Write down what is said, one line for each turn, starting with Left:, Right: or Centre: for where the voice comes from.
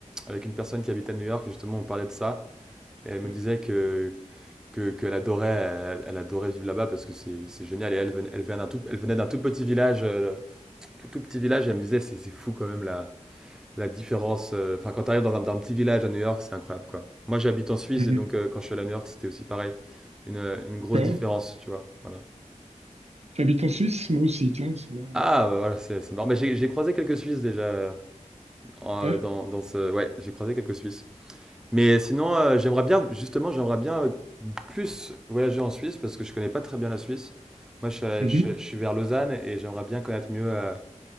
Centre: avec une personne qui habite à New York, et justement, on parlait de ça, et elle me
Right: Ouais.
Centre: disait que. Que, qu'elle adorait, elle, elle adorait vivre là-bas parce que c'est c'est génial. Et elle, venait- elle venait d'un tout, elle venait d'un tout petit village, euh, tout, tout petit village, et elle me disait c'est c'est fou quand même là la différence. euh, Enfin, quand tu arrives dans un, dans un petit village à New York, c'est incroyable, quoi. Moi, j'habite en Suisse
Right: Mhm.
Centre: et donc euh, quand je suis allé à New York, c'était aussi pareil. Une, euh, une grosse
Right: D'accord.
Centre: différence, tu vois. Voilà.
Right: Tu habites en Suisse? Moi aussi, tiens, c'est marrant.
Centre: Ah, bah voilà, c'est c'est marrant. Mais j'ai j'ai croisé quelques Suisses déjà euh, en-
Right: Ouais.
Centre: dans, dans ce. Ouais, j'ai croisé quelques Suisses. Mais sinon, euh, j'aimerais bien, justement, j'aimerais bien euh, plus voyager en Suisse parce que je connais pas très bien la Suisse. Moi, je,
Right: Mhm.
Centre: suis- je- je suis vers Lausanne et j'aimerais bien connaître mieux euh,